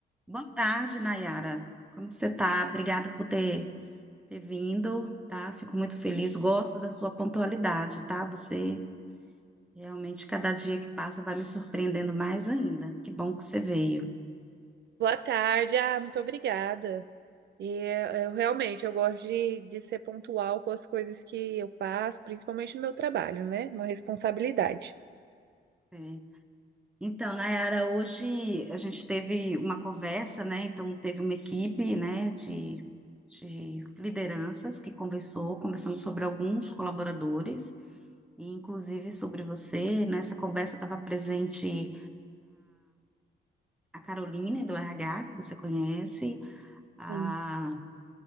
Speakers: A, in the centre; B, on the right (about 70°).
A: Boa tarde, Nayara. Como que você está? Obrigada por ter, ter vindo, tá? Fico muito feliz. Gosto da sua pontualidade, tá? Você realmente, cada dia que passa, vai me surpreendendo mais ainda. Que bom que você veio.
B: Boa tarde, ah, muito obrigada. E eh, eu realmente eu gosto de, de ser pontual com as coisas que eu faço, principalmente no meu trabalho, né? Uma responsabilidade.
A: É. Então, Nayara, hoje a gente teve uma conversa, né? Então, teve uma equipe, né, de, de lideranças que conversou, conversamos sobre alguns colaboradores, e inclusive sobre você. Nessa conversa estava presente. a Caroline do RH, que você conhece, a,
B: Sim.